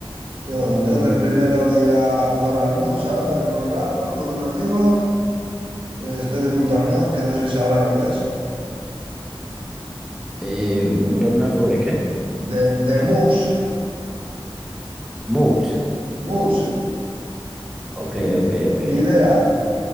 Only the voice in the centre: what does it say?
Muy
bien.
Ok.
Eh, ¿un torneo sobre qué?
Moods.
Ok, ok, ok.